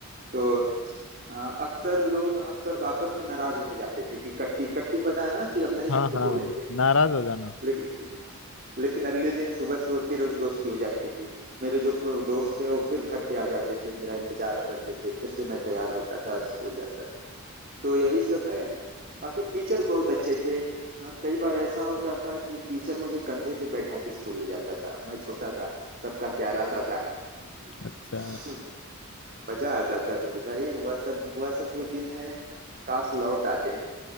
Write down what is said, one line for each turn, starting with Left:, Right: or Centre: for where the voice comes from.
Right: तो अ, अक्सर लोग हम सब आपस में नाराज होके जाते थे कि कट्टी कट्टी पता है ना कि अब नहीं
Left: हाँ
Right: तुमसे
Left: हाँ
Right: बोलेंगे
Left: नाराज हो जाना
Right: लेकिन लेकिन अगले दिन सुबह सुबह फिर वो दोस्ती हो जाती थी मेरे जो पु- दोस्त थे वो फिर घर पे आ जाते थे मेरा इंतजार करते थे फिर से मैं तैयार होता था और स्कूल जाता था तो यही सब है बाकी टीचर बहुत अच्छे थे अ, कई बार ऐसा होता था कि टीचर मुझे कंधे पे बैठा के स्कूल ले जाता था मैं छोटा था सबका प्यारा सा था
Left: अच्छा
Right: <laughs> मजा आता था मेरे भाई वह सब वह सब जो दिन है काश लौट आते